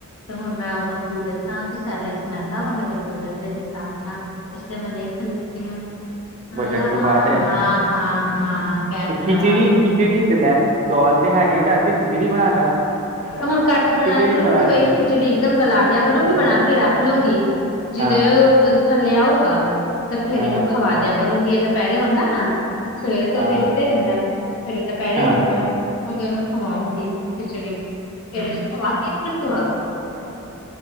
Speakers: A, on the left; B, on the right.
A: ਤੇ ਹੁਣ ਮੈਂ ਉਹਨੂੰ ਕੀ ਦੱਸਾਂ ਕਿ ਸੈਲੈਕਸ ਮਹਿੰਗਾ ਵਾ, ਮੇਰੇ ਬਜਟ ਲਈ? ਇਸ ਲਈ ਮੈਂ ਨਹੀਂ ਖਰੀਦੀਦੀ ਆ ਹਾਂ
B: ਬਜਟ ਤੋਂ
A: ਹਾਂ
B: ਬਾਹਰ ਆ
A: <inaudible> ਹਾਂ ਹਾਂ। ਕਹਿ
B: ਤੇ
A: ਦਿੱਤਾ
B: ਖਿਚੜੀ,
A: ਵਾ
B: ਖਿਚੜੀ ਤੇ ਲੈ ਚੌਲ ਤੇ ਹੈਗੇ ਘਰ ਚ, ਖਿਚੜੀ ਬਣਾ ਲੈ।
A: ਹੁਣ ਘਰ ਚ ਬਣਾਇਆ
B: ਖਿਚੜੀ
A: ਕਰੂੰਗੀ
B: ਖਵਾ ਦੇਗਾ
A: ਬਹੀ ਖਿਚੜੀ ਇੱਕਦਮ ਗਲਾ ਦਿਆ ਕਰੂੰਗੀ ਬਣਾ ਕੇ ਰੱਖ ਲਊਂਂਗੀ। ਜਿਦੇ
B: ਹਾਂ
A: ਏ ਉੱਤੋਂ ਦੀ ਥੱਲੇ ਆਊਗਾ ਤੇ ਫੇਰ
B: ਹਾਂ
A: ਇਹਨੂੰ ਖਵਾ ਦਿਆ ਕਰੂੰਗੀ, ਇਹ ਦੁਪਹਿਰੇ ਆਉਂਦਾ ਨਾ। ਸਵੇਰ ਤੋਂ
B: ਹਾਂ
A: ਤਾਂ ਏ ਉੱਤੇੇ ਰੈਂਦਾ, ਫੇਰ ਦੁਪੈਰੇ
B: ਹਾਂ
A: ਆਉਂਦਾ ਓਦੋ ਇਹਨੂੰ ਖਵਾਉਂਗੀ। ਖਿਚੜੀ, ਫੇਰ ਇਨੂੰ ਖਵਾ ਕੇ ਫਿਰ ਸੁਵਾ ਦੂੰਗੀ।